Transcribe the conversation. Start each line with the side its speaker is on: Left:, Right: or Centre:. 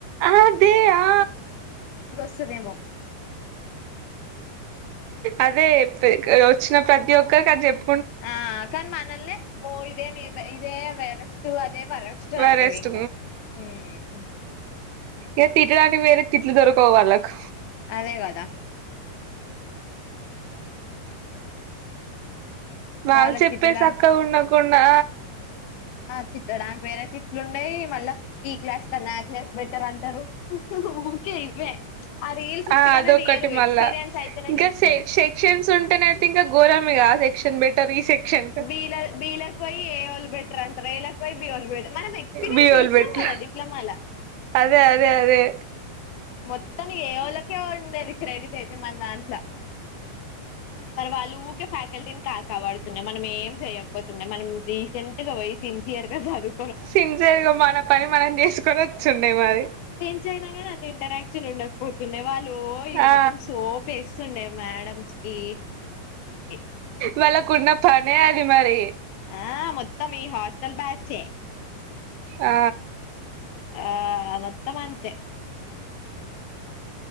Right: అదే ఆ
Left: స్దేమో
Right: అదే చెప్పేది వచ్చిన ప్రతి ఒక్కరికి అది చెప్
Left: ఆ కన్ మనల్నే ఓ ఇదే నేర్ ఇదేే వే వరస్ట్ అదే వరస్టు
Right: వరెస్ట్
Left: అంటారు ఇంగ మ్మ్
Right: ఏ తిట్టడానికి వేరే తిట్లు దొరకవు వాళ్లకు
Left: అదే కదా
Right: వాళ్ళు
Left: వాళ్ళకి
Right: చెప్పే
Left: తిట్టలా
Right: సక్కగ ఉండక కున్నా
Left: ఆ తిట్టడానికి వేరే తిట్లు ఉన్నాయి మళ్ళా ఈ క్లాస్ కన్నా ఆ క్లాస్ బెటర్ అంటారు ఊకే ఇవ్వే రీల్స్ ఉత్తిగానే
Right: ఆ అదొక్కటి
Left: తీయరు
Right: మళ్ళా
Left: ఎక్స్పీరియన్స్ అయితేనే
Right: ఇంకా
Left: తీస్తారు
Right: షే సెక్షన్స్ ఉంటేనయితే ఇంకా ఘోరమిగా ఆ సెక్షన్ బెటర్ ఈ సెక్షన్
Left: బీల బీలకు <unintelligible> మనం ఎక్స్పీరియన్స్
Right: బిఓలు
Left: చేసినం
Right: బెటర్
Left: కదా డిప్లమాల
Right: అదే అదే అదే
Left: మొత్తం ఏ ఒళ్లకే ఉండేది క్రెడిట్ అయితే మన దాంట్ల మరవాళ్లు ఊకె ఫ్యా కా కా పడుతున్న మనం ఏం చేయకపోతున్నా మనం డీసెంట్ గా పోయి సిన్సియర్ గా చదు
Right: సిన్సియర్గా మన పని మనం చేసుకొని వస్తుండే మరి
Left: <unintelligible> అయినగని అంత ఇంటరాక్షన్ ఉండకపోతుండే వాళ్ లో ఇగ
Right: ఆ
Left: మొత్తం సోపేస్తుండే మేడమ్స్ కి <unintelligible>
Right: వాళ్ళ కున్న ప నే అది మరి
Left: ఆ మొత్తం ఈ హస్టల్ బ్యాచే
Right: ఆ
Left: ఆ మొత్తం అంతే